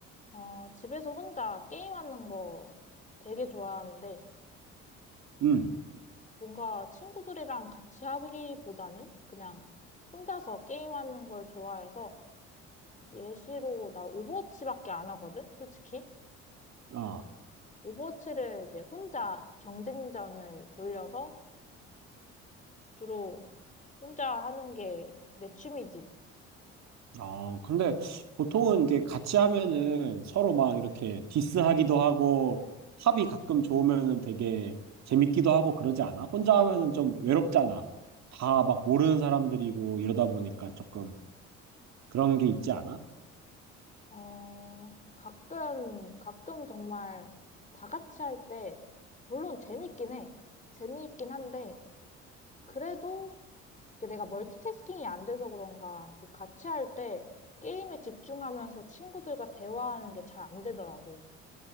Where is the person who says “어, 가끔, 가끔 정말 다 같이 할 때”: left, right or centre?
Left